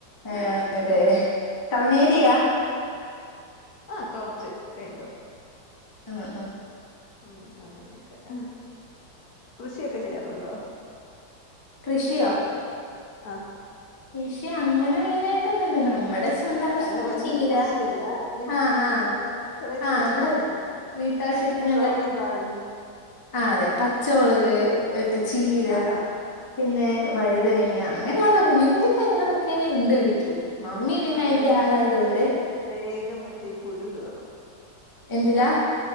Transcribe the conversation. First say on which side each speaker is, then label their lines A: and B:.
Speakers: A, on the left; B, on the left.
A: ആഹ് അതെ ടൗൺ ഏരിയാ
B: ആഹ് കൊറച്ച് കൈൻഡ് ഓഫ്
A: ആഹ് ആഹ്.
B: ഉം അങ്ങനെയൊക്കെ ആ കൃഷിയൊക്കെ ചെയ്യാറുണ്ടോ?
A: കൃഷിയോ?
B: ആഹ്.
A: കൃഷി അങ്ങനെ മെയിനായിട്ടൊന്നുല്ല നമ്മുടെ സ്വന്ത
B: അല്ല
A: ആവശ്യത്തിന്
B: അങ്ങനെ വലിയ
A: ചീര,
B: കൃഷിയല്ല മീൻസ്
A: ആഹ്
B: ഈ
A: ആഹ്
B: നമ്മുടെ ചെറിയ ചെറിയ
A: ആഹ് നമ്മടെ
B: അതാ ഞാൻ ഉദ്ദേശിച്ചെ.
A: വീട്ടാവശ്യത്തിനുള്ള
B: ഫ്ലവറിങ് ഗാർഡനിങ്
A: ആഹ് അതെ പച്ചമുളക്, മറ്റേ ചീര,
B: ആ ആ
A: പിന്നെ വഴുതനങ്ങ അങ്ങനെയാണേ കുഞ്ഞു കുഞ്ഞു കാര്യങ്ങളൊക്കെ ഉണ്ട് വീട്ടില്. മമ്മി പിന്നെ
B: ആ
A: അയിന്റെ
B: വഴുതനക്ക്
A: ആളായതുകൊണ്ട്
B: പക്ഷേ വേഗം മറ്റേ പുഴു കേറും.
A: എന്തിലാ?